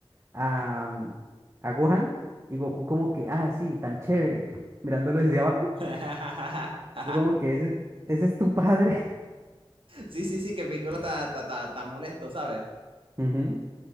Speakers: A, on the right (about 30°); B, on the right (about 70°).
A: a, a Gohan y Goku como que, ah, sí, tan chévere, <laughs> mirándolo desde abajo.
B: <laughs>
A: <laughs> Yo como que ese, es- ese es tu padre.
B: sí, sí, sí, que Piccolo está está- está- está molesto, ¿sabes?
A: <laughs> Ujú.